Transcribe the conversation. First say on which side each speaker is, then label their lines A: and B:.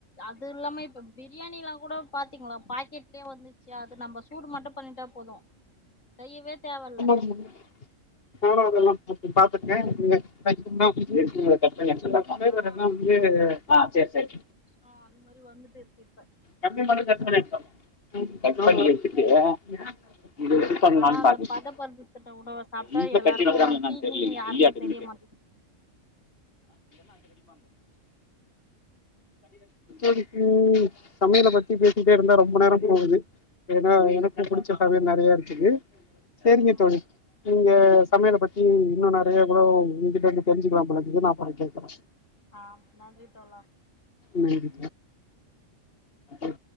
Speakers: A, on the left (about 75°); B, on the left (about 45°).
A: அது இல்லாம இப்ப பிரியாணிலாம் கூட பாத்தீங்களா பாக்கெட்லயே வந்துச்சு அது நம்ம சூ சூடு மட்டும் பண்ணிட்டா போது செய்யவே தேவ
B: என்னாது போனவங்கெல்லாம் திருப்பி பாத்திர்கே <unintelligible> கட் பண்ணி எடுத்துரலாம் கட இப்ப
A: ஆ
B: ரெண்டு நாள் லீவ் அ சேர் சேர்
A: ஆ அந்த மாரி வந்துட்டு இருக்கு இப்ப
B: கம்பி மட்டும் கட் பன்னி எடுத்துட்டு வரணூ இப்போ கட் பண்ணி எடுத்துட்டியா இது ஃபிட் பண்ளான்
A: ஆனா அந்த
B: பாக்குது
A: பதப்படுத்தின உணவ சாப்ட்டா
B: இதுபோய்
A: எல்லாருக்கு
B: <unintelligible>
A: தீங்குன்னு
B: தெர்லியே
A: யாருக்கு
B: நெய்யாட்டு இருகுது
A: தெரிய மாட்டேங்குது
B: எதுக்கு சமையல பத்தி பேசிட்டே இருந்தா ரொம்ப நேரம் போவுது ஏன்னா எனக்கு புடிச்ச சமையல் நெறைய இருக்குது சேரிங்க
A: ம்
B: தோழி நீங்க
A: சரிங்க
B: சமையல
A: தோழா
B: பத் ம் இன்னு நெறைய கூடோ உங்கிட்டருந்து தெரிஞ்சுக்கலா போலருக்குது நா அப்பற கேக்கற
A: ஆ நன்றி தோழா
B: ம் எப்